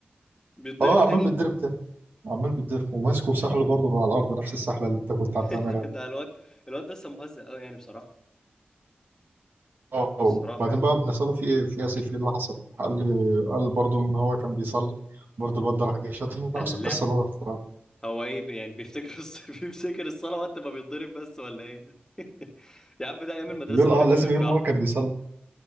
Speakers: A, on the left (about 15°); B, on the right (about 60°).
A: بيتضرب
B: اه
A: تاني
B: عمال بيتضرب تاني عمال بيتضرب وماسكه وسحله برضه من على الأرض نفس السحلة اللي أنت كنت بتعملها
A: <laughs> ده الواد الواد ده لسه مهزأ قوي يعني بصراحة
B: اه
A: الصراحة
B: وبعدين
A: يعني
B: بقى بنسأله في إيه في إيه يا سيف إيه اللي حصل قال لي قال برضه إن هو كان بيصلي برضه الواد ده راح جاي شاتمه
A: الله
B: نفس القصة اللي هو اختارها.
A: هو ايه بي- يعني بيفتكر الص- <laughs> بيفتكر الصلاة وقت ما بيتضرب بس ولا ايه <laughs> يا عم ده ايام المدرسة
B: بيقول
A: ما
B: اه
A: كانش
B: لازم
A: بيركعها
B: يقول إن هو كان بيصلي